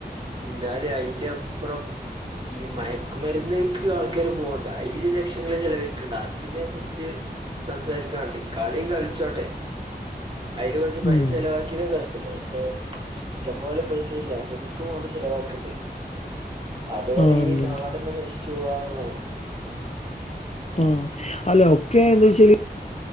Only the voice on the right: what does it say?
എന്നാലെ അതിന്റെ ഒപ്രം ഈ മയക്കുമരുന്ന്ക്ക് ആൾക്കാര് പോകണ്ട അതിൽ ലക്ഷങ്ങള് ചെലവഴിക്കണ്ട് അതിനെ റ്റി സംസാരിക്കാണ്ട് കളി കളിച്ചോട്ടെ അതിൽ കുറച്ച് പൈസ
ചലവാക്കി കുഴപ്പില്ല പക്ഷെ ഇഷ്ടം പോലെ പൈസ ഇല്ല ലഹരിക്കു വേണ്ടി ചിലവാക്കണ്ട്
അതോടെ
ഈ നാടിനെ നശിച്ചു പോവാന്നുളളതാണ്